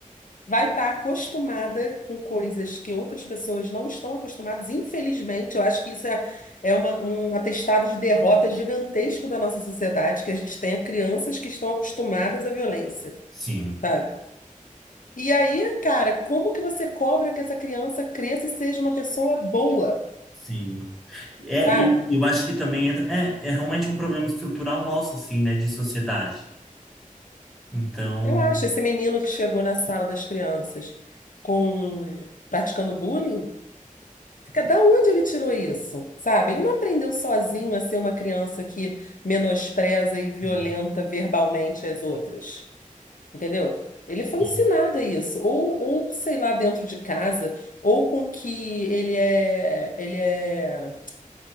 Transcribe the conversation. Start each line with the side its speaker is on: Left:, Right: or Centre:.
Left: vai estar acostumada com coisas que outras pessoas não estão acostumadas. Infelizmente, eu acho que isso é, é uma, um atestado de derrota gigantesco da nossa sociedade, que a gente tenha crianças que estão acostumadas à violência,
Centre: Sim.
Left: sabe? E aí, cara, como que você cobra que essa criança cresça e seja uma pessoa boa,
Centre: Sim. É,
Left: sabe?
Centre: e eu acho que também entra. É, é realmente um problema estrutural nosso, assim, né, de sociedade. Então.
Left: Eu acho, esse menino que chegou na sala das crianças com praticando bullying, Da onde ele tirou isso? Sabe? Ele não aprendeu sozinho a ser uma criança que menospreza e violenta
Centre: sim,
Left: verbalmente as outras. Entendeu? Ele foi
Centre: sim.
Left: ensinado a isso. Ou, ou, sei lá, dentro de casa, ou com que ele é, ele é,